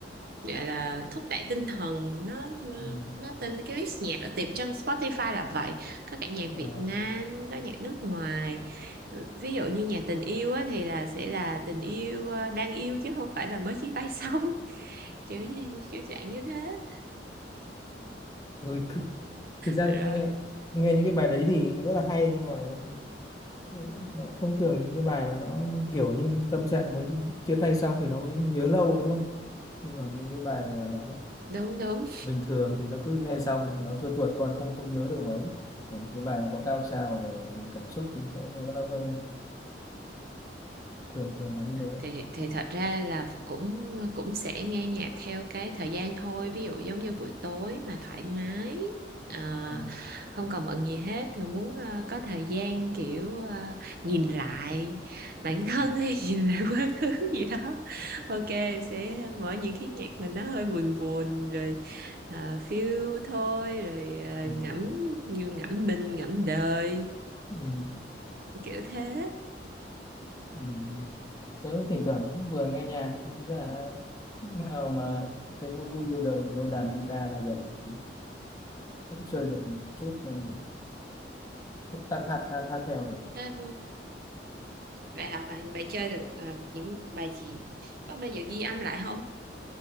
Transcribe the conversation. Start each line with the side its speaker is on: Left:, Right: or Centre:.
Right: gọi là thúc đẩy tinh thần nó nó
Left: ừ.
Right: nó tên là cái list nhạc ở tìm trong Spotify là vậy có cả nhạc
Left: à,
Right: Việt Nam có nhạc nước ngoài Ừ, ví dụ như nhạc tình yêu á, thì là sẽ là tình yêu ờ, đang yêu chứ không phải là mới chia tay xong <laughs> kiểu gì kiểu dạng như thế
Left: ừ, thực, thực ra
Right: rồi
Left: cứ nghe nghe những cái bài đấy thì rất là hay nhưng mà Ừ, thông thường những cái bài mà nó kiểu như tâm trạng mới chia tay xong thì nó mới nhớ lâu đúng không nhưng còn những cái bài mà nó
Right: đúng đúng
Left: bình thường thì nó cứ nghe xong nó trôi tuột qua nó không không nhớ được mấy Ừ, cái bài nó có cao trào về những cảm xúc thì sẽ nhớ lâu hơn thường thường là như thế
Right: thì thì thật ra là cũng cũng sẽ nghe nhạc theo cái thời gian thôi ví dụ giống như buổi tối mà thoải mái à,
Left: ừ.
Right: không còn bận gì hết mà muốn à, có thời gian kiểu à, nhìn lại bản thân
Left: Ừ.
Right: hay <laughs> nhìn lại quá khứ <laughs> gì đó ok sẽ mở những cái nhạc mà nó hơi buồn buồn rồi à, phiêu thôi rồi à,
Left: Ừ.
Right: ngẫm như ngẫm mình ngẫm đời
Left: Ừ. Ừ.
Right: kiểu thế
Left: ừ. Tớ thỉnh thoảng cũng vừa nghe nhạc không là lúc nào mà thấy vui vui vô đời lôi đàn guitar là gần một tí Em chơi được một chút nên là túc tắc hát hát hát theo được.
Right: Thế, Vậy hả bạn bạn chơi được ờ, những bài gì? Có bao giờ ghi âm lại không?